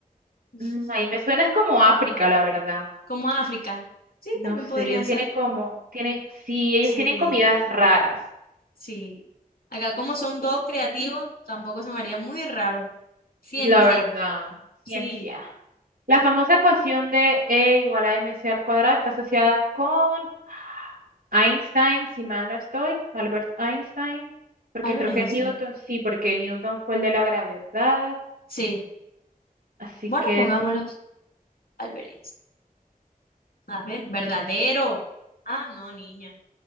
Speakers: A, on the left; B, on the right.
A: <laughs>
B: mm, ahí me suena es como África,
A: A ver,
B: la verdad.
A: como África. Sí,
B: No
A: también
B: sé,
A: podría
B: ellos tienen
A: ser.
B: como, tienen, sí, ellos
A: Sí,
B: tienen comidas raras.
A: sí. Acá como son todos creativos, tampoco se me haría muy raro. Ciencia,
B: La verdad.
A: sí.
B: Ciencia. La famosa ecuación de E igual a mc al cuadrado está asociada con Einstein, si mal no estoy, Albert Einstein, porque
A: Albert
B: creo
A: Einstein,
B: que Newton, sí, porque Newton fue el de la gravedad,
A: sí.
B: así
A: Bueno,
B: que
A: pongámoslos Albert Einstein. A ver, verdadero. Ah, no, niña.